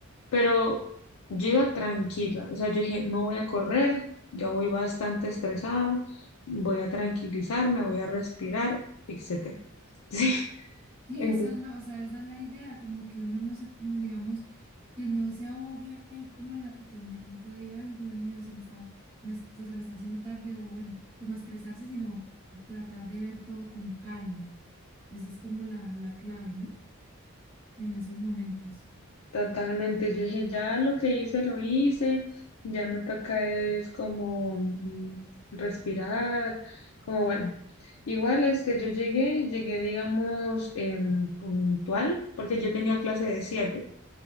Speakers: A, on the left; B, on the right.
A: Pero yo iba tranquila, o sea, yo dije, no voy a correr, ya voy bastante estresada, voy a tranquilizarme, voy a respirar, etcétera. <laughs> Sí,
B: Sí,
A: entonces
B: esa es la, o sea, esa es la idea, como que uno no se, digamos, que no se ahogue ahí como en la tormenta, diga, ay, Dios mío, se me está, me, es- o sea, me está haciendo tarde, o bueno, como estresarse, sino tratar de ver todo con calma. Esa es como la, la clave, ¿no? En esos momentos.
A: totalmente, yo dije, ya lo que hice, lo hice, ya me toca es como mm, respirar, como bueno. Igual, este, yo llegué, llegué, digamos, em, puntual, porque yo tenía clase de 7,